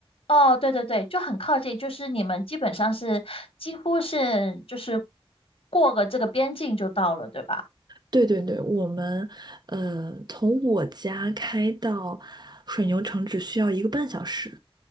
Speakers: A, on the left (about 70°); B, on the right (about 45°).
A: 哦，对对对，就很靠近，就是你们基本上是几乎是就是过个这个边境就到了，对吧？
B: 对对对，我们呃从我家开到水牛城只需要一个半小时。